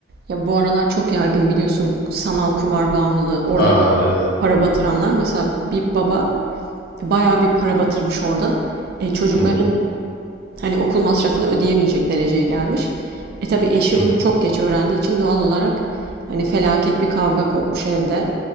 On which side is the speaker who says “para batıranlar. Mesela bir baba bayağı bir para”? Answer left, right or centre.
Right